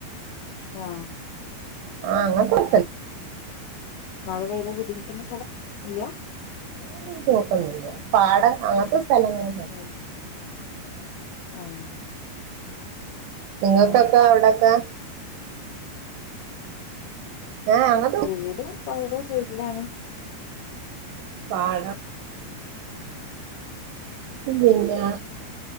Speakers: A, on the left; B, on the right.
A: ആഹ്
B: ആഹ് അങ്ങൻതെകൊപ്പല്ല
A: മഴ പെയ്താ ബുദ്ധിമുട്ട്ള്ള സ്ഥലം ഇല്ല
B: <unintelligible> ട്ടൊന്നില്ല പാടം അങ്ങനത്തെ സ്ഥലങ്ങളൊ
A: ഉം ആഹ്
B: ഇങ്ങക്കത്താ
A: ആഹ്
B: അവിടെക്കെ ഏഹ് അങ്ങ
A: വീട് പൊഴയുടെ സൈടിലാണ്
B: പാടം പിന്നെല്ലാ